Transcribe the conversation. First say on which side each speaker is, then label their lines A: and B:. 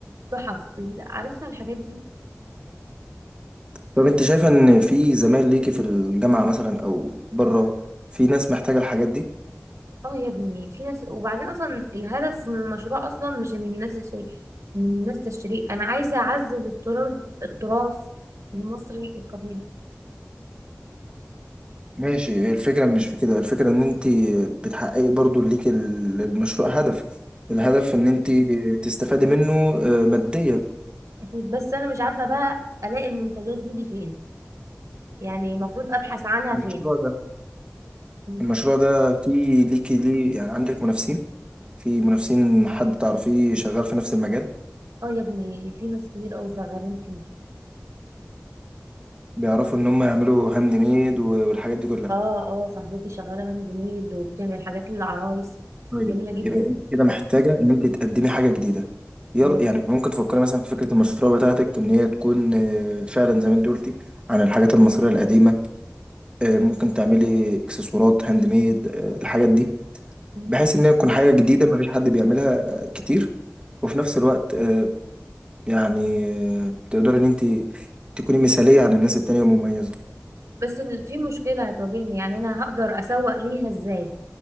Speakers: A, on the right; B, on the right.
A: تحف ال- عارفها الحاجات دي
B: طب أنت شايفة إن في زمايل ليكي في الجامعة مثلا أو بره في ناس محتاجة الحاجات دي؟
A: اه يا ابني في ناس وبعدين اصلا الهدف من المشروع اصلا مش ان الناس تشتري ان الناس تشتري انا عايزه اعزز التراث التراث المصري القديم
B: ماشي الفكرة مش في كده الفكرة ان انت بتحققي برضو ليك ال- المشروع هدف الهدف
A: اكيد
B: ان انت تستفادي منه آه، ماديا
A: أكيد بس أنا مش عارفة بقى ألاقي المنتجات دي دي فين يعني المفروض أبحث عنها
B: المشروع
A: فين
B: ده
A: مم.
B: المشروع ده في ليكي ليه يعني عندك منافسين في منافسين حد تعرفيه شغال في نفس المجال
A: اه يا ابني في ناس كتير أوي شغالين فيه
B: بيعرفوا ان هم يعملوا هاند ميد و- والحاجات دي كلها
A: اه اه صاحبتي شغالة هاند ميد وبتعمل حاجات للعرايس
B: طيب
A: جميلة جدا
B: يبقى انت كده محتاجة ان انت تقدمي حاجة جديدة يلا
A: مم.
B: يعني ممكن تفكري مثلا في فكرة المشروع بتاعتك ان هي تكون آه، فعلا زي ما انت قلتي عن الحاجات المصرية القديمة آه، ممكن تعملي اكسسوارات هاند ميد آه، الحاجات دي
A: مم.
B: بحيث ان هي تكون حاجه جديده مفيش حد بيعملها آه، كتير وفي نفس الوقت آه، يعني آه، تقدري ان انت تكوني مثاليه عن الناس التانية ومميزه
A: بس ال- في مشكلة هتواجهني يعني أنا هقدر أسوق ليها إزاي